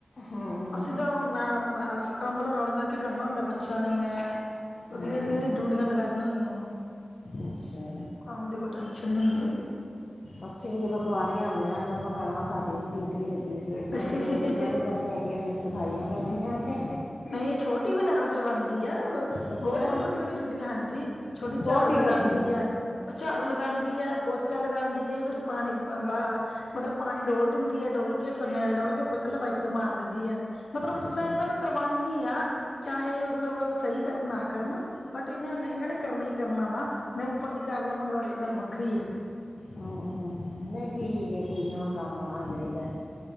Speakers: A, on the left; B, on the left.
A: ਹਾਂ
B: ਅਸੀ ਤਾਂ ਮ ਮੈਂ ਕੰਮ ਤਾਂ ਰਲ ਮਿਲ ਕੇ ਕਰਨਾ ਹੁੰਦਾ ਬੱਚੇਆਂ ਨੇ ਮੈਂ ਕਿਉਂਕਿ
A: ਹਾਂ
B: ਇਹਨਾਂ
A: ਹਾਂ
B: ਦੀ ਡਿਊਟੀਆਂ ਲਗਾਈਆਂ ਹੋਈਆਂ ਵਾ।
A: ਅੱਛਾ।
B: ਕੰਮ <unintelligible>
A: ਅਸੀਂ ਵੀ ਜਦੋਂ ਕੁਵਾਰੀਆਂ ਹੁਦੀਆਂ ਦੋਨੋ ਭੈਣਾਂ ਸਾਡੀ ਵੀ ਡਿਊਟੀ ਟੀ ਲੱਗੀ ਸੀ
B: ਹੁੰਦੀ
A: ਇੱਕ ਜਾਣੀ ਨੇ ਰੋਟੀ ਪਾਣੀ ਕਰਨੀ ਇੱਕ ਜਾਣੀ ਨੇ ਸਫਾਈਆਂ ਕਰਨੀਆਂ ਨੇ।
B: ਨਹੀਂ ਛੋਟੀ ਵੀ ਨਾਲ, ਕਰਵਾਉਂਦੀ ਹੈ ਬਹੁਤ
A: ਅੱਛਾ
B: ਛੋਟੀ ਛੋਟੀਆਂ ਦੀ ਡਿਊਟੀ ਹਾਂਜੀ ਛੋਟੀ
A: ਉਹ
B: ਝਾੜੂ
A: ਕੀ
B: ਲਗਾਉਂਦੀ
A: ਕਰਦੀ
B: ਹੈ। ਝਾੜੂ ਲਗਾਉਂਦੀ ਹੈ ਪੋਚਾ ਲਗਾਉਂਦੀ ਕਈ ਵਾਰੀ ਪਾਣੀ ਬ ਮਤਲਬ ਪਾਣੀ ਡੋਲ੍ਹ ਦਿੰਦੀ ਹੈ ਡੋਲ ਕੇ ਫਰਨੈਲ ਡੋਲ ਕੇ ਕੱਲਾ ਵਾਈਪਰ ਮਾਰ ਦਿੰਦੀ ਹੈ, ਮਤਲਬ
A: ਅੱਛਾ
B: ਮੈਂ ਇਹਨਾਂ ਤੋਂ ਕਰਵਾਉਦੀ ਆ ਚਾਹੇ ਮਤਲਬ ਸਹੀ ਕਰਨ ਨਾ ਕਰਨ, ਬਟ ਇਹਨਾਂ ਨੇ ਇਹਨਾਂ ਨੇ ਕਰਨਾ ਹੀ ਕਰਨਾ ਵਾ ਮੈਂ ਉੱਪਰ ਦੀ ਕਰ ਲਵਾਂ ਗੱਲ ਗੱਲ ਵੱਖਰੀ ਆ।
A: ਹੂੰ, ਹੂੰ, ਨਹੀਂ ਠੀਕ ਹੈ ਕੁੜੀਆਂ ਨੂੰ ਕੰਮ ਆਉਣਾ ਚਾਹੀਦਾ।